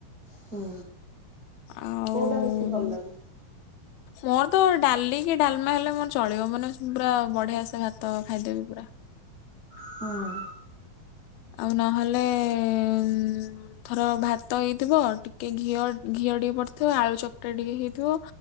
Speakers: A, on the right; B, on the left.
A: ହୁଁ
B: ଆଉ
A: କୋଉଟା ବେଶୀ ଭଲ ଲାଗେ?
B: ମୋର ତ ଡାଲି କି ଡାଲମା ହେଲେ ମୋର ଚଳିବ। ମାନେ ପୁରା ବଢିଆ ସେ ଭାତ ଖାଇଦେବି ପୁରା।
A: ହୁଁ।
B: ଆଉ ନହେଲେ ଉଁ ଥର ଭାତ ଏଇଥିବ। ଟିକେ ଘିଅ-ଘିଅ ଟିକେ ପଡିଥିବ। ଆଳୁ ଚକଟା ଟିକେ ହେଇଥିବ।